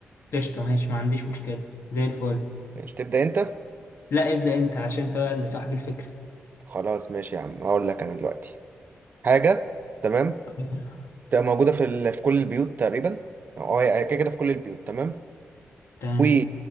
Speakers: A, on the left; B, on the right.
A: قشطة ماشي ما عنديش مشكلة زي الفل
B: ماشي تبدا انت
A: لا ابدأ انت عشان انت بقى اللي صاحب الفكرة
B: خلاص ماشي يا عم هقول لك انا دلوقتي حاجه تمام
A: آه،
B: تبقى موجوده في ال... في كل البيوت تقريبا او هي هي كده كده في كل البيوت تمام
A: تمام
B: و